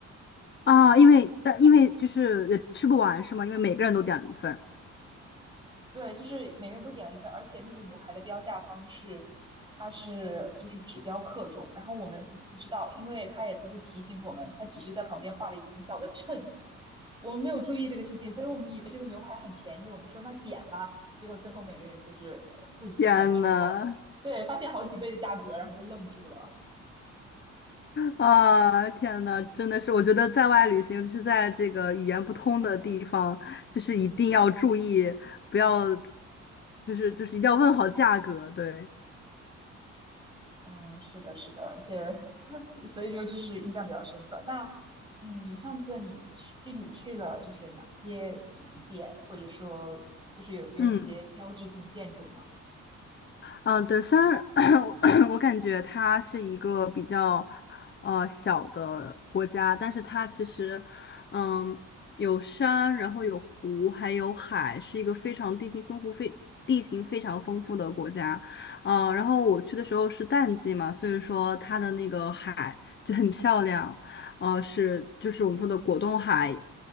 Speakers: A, on the left; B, on the right.
A: 啊？因为但因为就是也吃不完是吗？因为每个人都点了一份。
B: 对，就是每个人都点了一份，而且那个牛排的标价方式，它是就是只标克重，然后我们不不知道，因为他也不会提醒我们，他只是在旁边画了一个很小的秤，我们没有注意这个事情，所以我们以为这个牛排很便宜，我们说那点吧，结果最后每个人就是呃付付钱的时候发了，
A: 天呐，
B: 对，发现好几倍的价格，然后就愣住了。
A: 啊，天呐，真的是，我觉得在外旅行，尤其是在这个语言不通的地方，就是一定要注意，不要，就是就是一定要问好价格，
B: 嗯
A: 对，
B: 嗯，是的，是的，而且 <laughs> 所以说就是印象比较深刻。那嗯，你上次你去具体去了就是哪些景点，或者说就是有有哪些标志性建筑吗？
A: 嗯。嗯，对，虽然 <coughs> <clears throat> 我感觉它是一个比较呃小的国家，但是它其实嗯有山，然后有湖，还有海，是一个非常地形丰富、非地形非常丰富的国家。呃，然后我去的时候是淡季嘛，所以说它的那个海就很漂亮，呃，是就是我们说的果冻海，